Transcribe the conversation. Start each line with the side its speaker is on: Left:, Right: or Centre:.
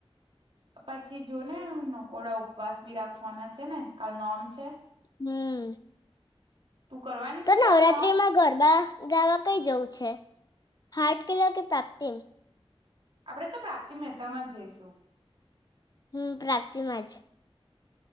Right: પછી જોને નકોડા ઉપવાસ બી રાખવાના છે ને કાલ નોમ છે.
Left: હમ.
Right: તું કરવાની
Left: તો
Right: છું
Left: નવરાત્રી
Right: કાલ નોમ
Left: માં ગરબા ગાવા કઈ જવું છે? હાર્ટ કિલો કે પ્રાપ્તિમ?
Right: આપણે તો પ્રાપ્તિ મહેતામાં જ જઈશું.
Left: હમ પ્રાપ્તિમાં જ